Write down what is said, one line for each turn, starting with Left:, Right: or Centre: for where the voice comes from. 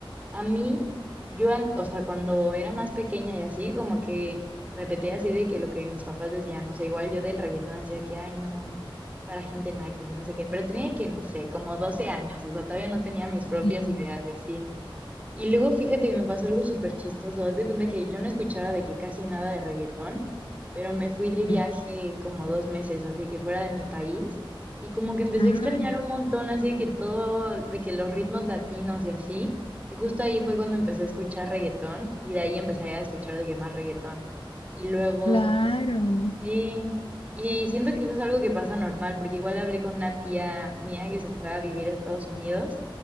Right: A mí, yo, an- o sea, cuando era más pequeña y así, como que repetía así de que lo que mis papás decían, no sé, igual yo del reggaetón decía que, ay, no, es para gente naca, que no sé qué, pero tenía que, no sé, como 12 años, o sea, todavía no tenía mis propias
Left: Sí,
Right: ideas y así. Y luego fíjate que me pasó algo súper chistoso. Haz de cuenta que yo no escuchaba de que casi nada de reggaetón, pero me fui de viaje
Left: sí.
Right: como dos meses, así que fuera de mi país. Y como que empecé
Left: Ah,
Right: a extrañar un montón, así de que todo, de que los ritmos latinos y así. Y justo ahí fue cuando empecé a escuchar reggaetón y de ahí empecé a escuchar de que más reggaetón. Y luego
Left: claro,
Right: Sí, y siento que eso es algo que pasa normal, porque igual hablé con una tía mía que se fue a vivir a Estados Unidos